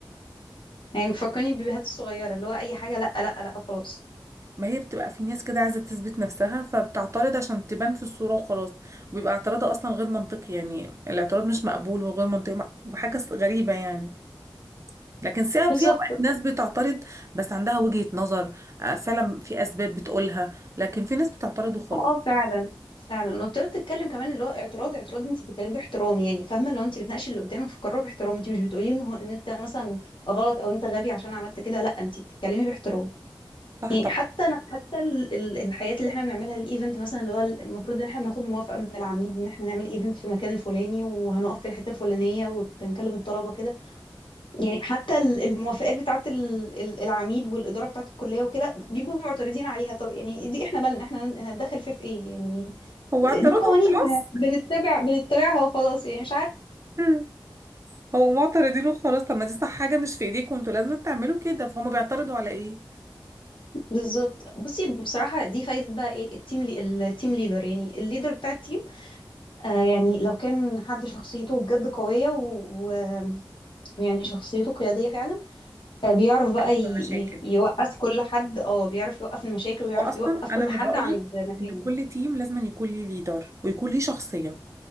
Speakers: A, on the left; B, on the right.
A: يعني بيفكرني بالبيبيهات الصغيره اللي هو اي حاجه لا لا لا وخلاص
B: ما هي بتبقى في ناس كده عايزه تثبت نفسها فبتعترض عشان تبان في الصوره وخلاص وبيبقى اعتراضها اصلا غير منطقي يعني الاعتراض مش مقبول وغير منطقي مع- وحاجه س- غريبه يعني لكن سا-
A: بالظبط
B: في اوقات ناس بتعترض بس عندها وجهه نظر آه، فعلا في اسباب بتقولها لكن في ناس بتعترض وخلاص
A: اه فعلا فعلا وابتديت تتكلم كمان اللي هو اعتراض اعتراض انت بتتكلمي باحترام يعني فاهمه لو انت بتناقشي اللي قدامك في قرار باحترام انت مش بتقولي ان هو- ان انت مثلا غلط او انت غبي عشان عملت كده لا انت بتتكلمي باحترام
B: صح
A: يعني
B: طبعا
A: حتى أنا- حتى ال- ال- الحاجات اللي احنا بنعملها الايفنت مثلا اللي هو المفروض ان احنا بناخد موافقه من العميد ان احنا نعمل ايفنت في المكان الفلاني وهنقف في الحته الفلانيه وبنكلم الطلبه كده يعني حتى ال- الموافقات بتاعه ال- ال- العميد والاداره بتاعه الكليه وكده بيبقوا معترضين عليها طب يعني دي احنا مالنا احنا هن- هنتدخل فيه في ايه يعني
B: هو اعتراضه
A: دي قوانين
B: وخلاص
A: احنا بنتبع بنتبعها وخلاص يعني مش عارف
B: مم. هو معترضين وخلاص طب ما دي صح حاجه مش في ايديكم انتوا لازم تعملوا كده فهم بيعترضوا على ايه
A: بالظبط بصي بصراحه دي فايده بقى ايه التيم لي التيم ليدر يعني الليدر بتاع التيم آه، يعني لو كان حد شخصيته بجد قوية و- و- ويعني شخصيته قيادية فعلا آه، بيعرف بقى
B: بيحصل
A: ي-
B: مشاكل
A: ي- يوقف كل حد اه بيعرف يوقف المشاكل ويعرف
B: واصلا
A: يوقف كل
B: انا من
A: حد
B: رايي
A: عند مكانه
B: ان كل تيم لازم يكون ليه ليدر ويكون ليه شخصيه